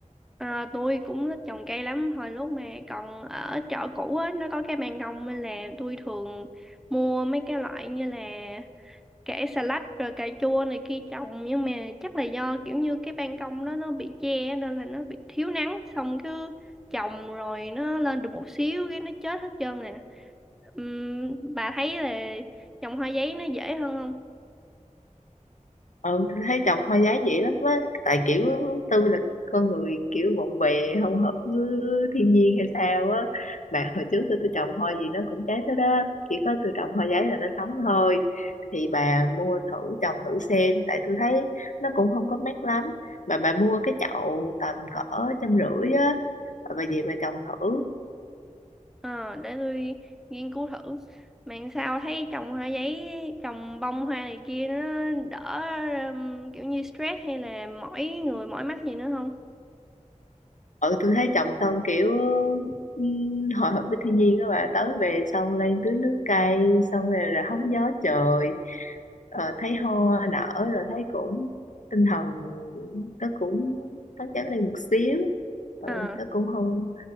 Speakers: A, in the centre; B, on the left (about 70°).
A: À, tôi cũng thích trồng cây lắm hồi lúc mà còn ở chợ cũ á nó có cái ban công nên là tôi thường mua mấy cái loại như là kẻ xà lách rồi cà chua này kia trồng nhưng mà chắc là do kiểu như cái ban công đó nó bị che á, nên là nó bị thiếu nắng xong cứ trồng rồi nó lên được một xíu cái nó chết hết trơn nè Ừm, bà thấy là trồng hoa giấy nó dễ hơn
B: ừ tôi thấy chồng hoa giá dĩ lắm á tại kiểu tôi là con người kiểu bộn bề không hợp với thiên nhiên hay sao á mà hồi trước tôi, tôi trồng hoa gì nó cũng trái tới đó chỉ có tôi trồng hoa giấy là nó sống thôi thì bà mua thử trồng thử xem tại tôi thấy nó cũng không có mát lắm mà bà mua cái chậu tầm cỡ trăm rưỡi á bà về bà trồng thử
A: Ờ, để tôi nghiên cứu thử Mà sao thấy trồng hoa giấy trồng bông hoa này kia nó đỡ um, kiểu như stress hay là mỏi người mỏi mắt gì nữa không
B: ừ tôi thấy trồng xong kiểu ừm, hòa hợp với thiên nhiên các bạn tới về xong lên tưới nước cây xong rồi là hóng gió trời ờ, thấy hoa nở rồi thấy cũng tinh thần nó cũng phấn chấn lên một xíu ừ,
A: Ờ,
B: nó cũng không